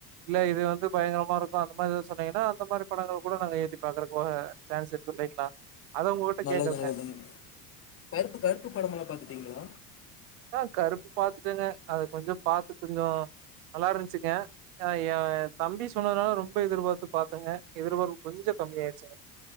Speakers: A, on the right (about 70°); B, on the left (about 30°).
A: இல்ல இது வந்து பயங்கரமா இருக்கு அந்த மாரி எதா சொன் னீங்கன்னா அந்த மாரி படங்கள் கூட நாங்க ஏத்தி பாக்குறக்குக சான்ஸ் இருக்கு இல்லைங்களா அதான் உங்ககிட்ட
B: நல்லது
A: கேட்கறேங்க.
B: நல்லதுங்க கருப்பு கருப்பு படம்ல்லா பாத்துட்டீங்ளா
A: ஆ கருப்பு பாத்துட்டங்க அது கொஞ்சோ பாத்து கொஞ்சோ நல்லா இருந்துச்சுங்க ஆ எ தம்பி சொன்னதுனால ரொம்ப எதிர்பார்த்து பாத்தங்க எதிர்பார்பு கொஞ்சோ கம்மியாயிர்ச்சிங்க